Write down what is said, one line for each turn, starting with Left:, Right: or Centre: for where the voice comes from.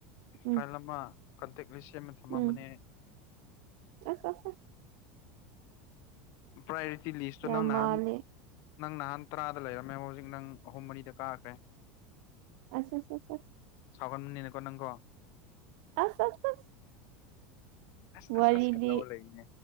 Right: ꯎꯝ
Left: ꯐꯥꯏꯜ ꯑꯃ ꯀꯟꯇꯦꯛ ꯂꯤꯁ ꯁꯦꯝꯃ ꯊꯝꯃꯕꯅꯦ
Right: ꯎꯝ
Left: ꯑꯩ
Right: ꯑꯁ ꯑꯁ ꯑꯁ
Left: ꯄ꯭ꯔꯥꯏꯑꯣꯔꯤꯇꯤ ꯂꯤꯁꯇꯣ
Right: ꯌꯥꯝ
Left: ꯅꯪ ꯅꯍꯥꯟ
Right: ꯃꯥꯜꯂꯦ
Left: ꯅꯪ ꯅꯍꯥꯟ ꯇꯔꯥꯗ ꯂꯩꯔꯝꯃꯦ ꯍꯧꯖꯤꯛ ꯅꯪ ꯑꯍꯨꯝ ꯃꯔꯤꯗ ꯀꯥꯈ꯭ꯔꯦ
Right: ꯑꯁ ꯑꯁ ꯑꯁ
Left: ꯀꯥꯎꯒꯟꯕꯅꯤꯅ ꯀꯣ ꯅꯪꯀꯣ
Right: ꯑꯁ ꯑꯁ ꯑꯁ
Left: ꯑꯁ
Right: ꯋꯥꯔꯤꯗꯤ
Left: ꯑꯁ ꯑꯁ ꯀ ꯇꯧꯔ ꯂꯩꯅꯦ